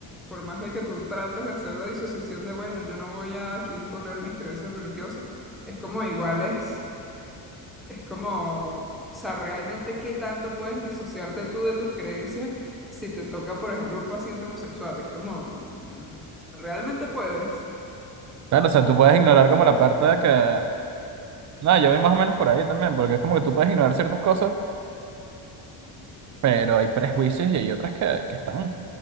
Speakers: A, in the centre; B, on the right (about 40°).
A: por más de que tú trates de hacer la disociación de, bueno, yo no voy a aquí imponer mis creencias religiosas, es como igual es, es como, o sea, realmente qué tanto puedes disociarte tú de tus creencias si te toca, por ejemplo, un paciente homosexual. Es como, mm, ¿realmente puedes?
B: Claro, o sea, tú puedes ignorar como la parte de que, nada, yo voy más o menos por ahí también, porque es como que tú puedes ignorar ciertas cosas pero hay prejuicios y hay otras que, que están.